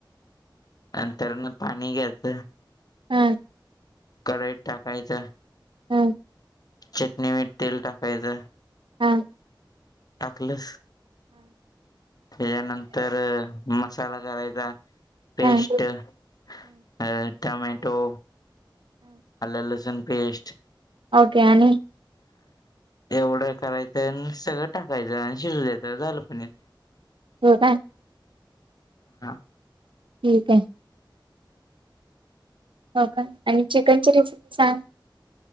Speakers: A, on the left; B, on the right.
A: नंतर म पाणी घ्यायचं
B: हं.
A: कढईत टाकायचं
B: हं.
A: चटणी मीठ तेल टाकायचं
B: हं.
A: टाकलस तेज्यानंतर मसाला करायचा
B: ओके
A: पेस्ट अ टामॅटो आल्ल लसून पेस्ट
B: ओके आणि.
A: एवढं करायचं आणि सगळं टाकायचं आणि शिजु द्यायचं झालं पनीर.
B: होय काय.
A: हा.
B: ठीक हाय. हो काय, आणि चिकन चि रेसिपी सांग.